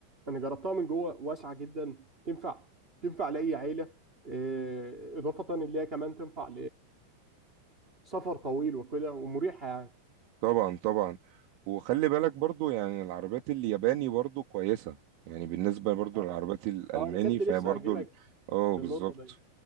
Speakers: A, on the right; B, on the right.
A: انا جربتها من جوه واسعه جدا تنفع تنفع لاي عيله آه، اضافه ان هي كمان تنفع لسفر طويل وكده ومريحه يعني
B: طبعا طبعا وخلي بالك برضو يعني العربيات الياباني برضو كويسة يعني بالنسبة برضو
A: اه
B: للعربيات الألماني
A: آه، انا كنت
B: فهي
A: لسه
B: برضو
A: هاجي لك
B: ال- اه
A: في
B: بالظبط
A: النقطه دي